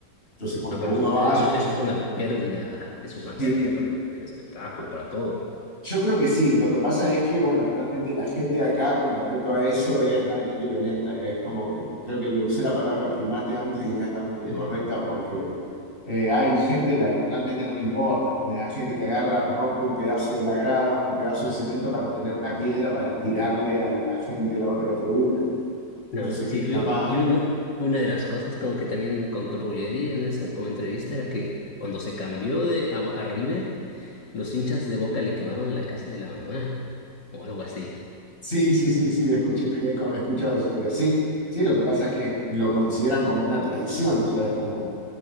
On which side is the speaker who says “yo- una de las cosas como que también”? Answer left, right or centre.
Left